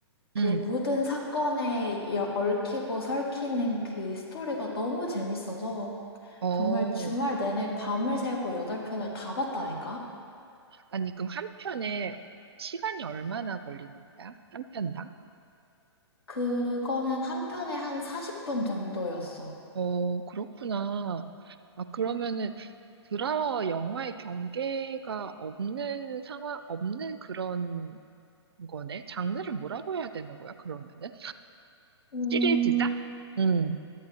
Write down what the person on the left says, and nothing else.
그
모든 사건에 여- 얽히고 설키는 그 스토리가 너무 재밌어서
정말 주말 내내 밤을 새고 8편을 다 봤다니까?
그거는 한 편에 한 40분 정도였어.
음,